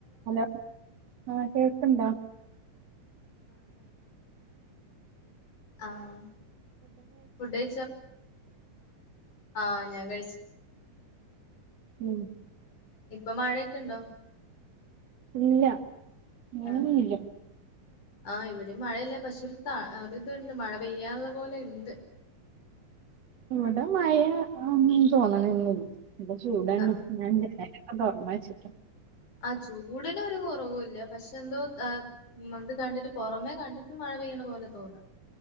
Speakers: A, on the right; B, on the left.
A: Hello ആ കേൾക്കുണ്ടോ?
B: ആഹ് ഫുഡ്‌ കഴിച്ചോ ആ ഞാൻ കഴിച്ചു
A: ഉം
B: ഇപ്പൊ മഴയൊക്കെ ഇണ്ടോ
A: ഇല്ല <unintelligible>
B: ആ ആ ഇവിടെ മഴയില്ല പക്ഷേ ഒരുത്ത ഒരുതുണ്ട് മഴ പെയ്യാനുള്ള പോലെ ഉണ്ട്
A: ഇവിടെ മഴഒന്നും തോന്നണ ഇവിടെ ചൂടന്നെ
B: ആ
A: ഞാൻ <unintelligible> തുറന്ന് വച്ചിട്ട്
B: ആ ചൂടിന് ഒരു കുറവു ഇല്ല പക്ഷെ എന്തോ അത് കണ്ടിട്ട് പുറമേ കണ്ടിട്ട് മഴ പെയ്യണ പോലെ തോന്നാ